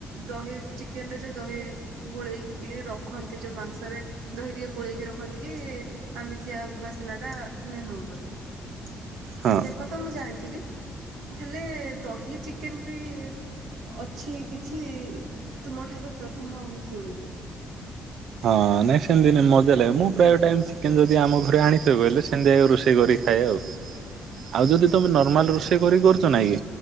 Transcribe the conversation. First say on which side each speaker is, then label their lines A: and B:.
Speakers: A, on the right; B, on the right.
A: ଦହି ଚିକେନ୍ ରେ ଯୋଉ ଦହି ଗୋଳେଇକି ରଖନ୍ତି ଯୋଉ ମାଂସରେ ଦହି ଟିକେ ଗୋଳେଇକି ରଖନ୍ତି କି ଆମିଷିଆ ବାସ୍ନା ଟା ନହଉ ବୋଲି।
B: ହଁ।
A: ସେ କଥା ମୁଁ ଜାଣିଥିଲି, ହେଲେ ଦହି ଚି କେନ୍ ବି ଅଛି କିଛି ତୁମଠାରୁ ପ୍ରଥମ ମୁଁ ଶୁଣିଲି।
B: ହଁ ନାଇଁ ସେମିତି ନାଇଁ ମଜା ଲାଗେ। ମୁଁ ପ୍ରାୟ ଟାଇମ୍ ଯଦି ଆମ ଘରେ ଆଣିଥିବ କହିଲେ ସେମିତିଆ ରୋଷେଇ କରି ଖାଏ ଆଉ, ଆଉ ଯଦି ତମେ ନର୍ମାଲ ରୋଷେଇ କରି କରୁଛ ନାକି